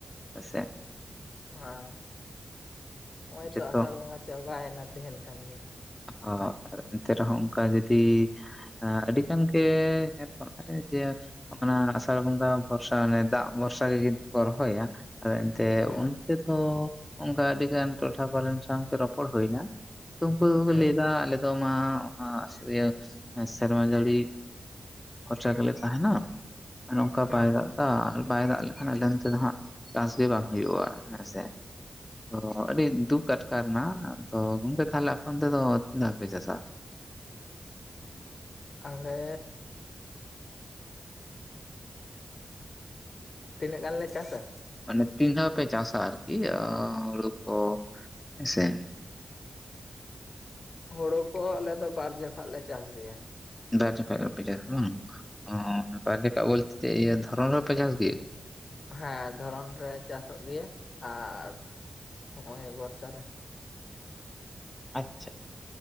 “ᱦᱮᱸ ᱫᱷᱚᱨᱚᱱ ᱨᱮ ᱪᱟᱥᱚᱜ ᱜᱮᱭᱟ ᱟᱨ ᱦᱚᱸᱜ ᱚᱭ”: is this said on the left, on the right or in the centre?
Left